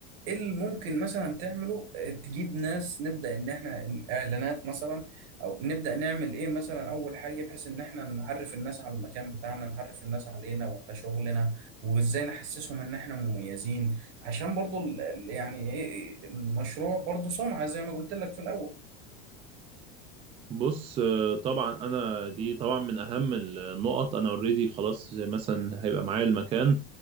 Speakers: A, on the right (about 50°); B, on the right (about 20°).
A: ايه اللي ممكن مثلا تعمله آه، تجيب ناس نبدأ ان احنا ن- اعلانات مثلا او نبدأ نعمل ايه مثلا اول حاجة بحيث ان احنا نعرف الناس على المكان بتاعنا نعرف الناس علينا وعلى شغلنا وازاي نحسسهم ان احنا مميزين عشان برضو ال- ال- يعني ايه المشروع برضو سمعة زي ما قلت لك في الاول
B: بص آه، طبعا انا دي طبعا من اهم النقط انا اوريدي خلاص مثلا هيبقى معايا المكان